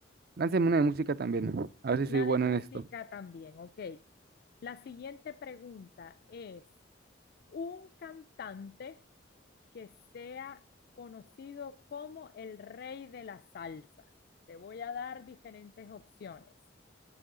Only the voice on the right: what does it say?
lánzame una de música también, a ver
si soy bueno
en esto.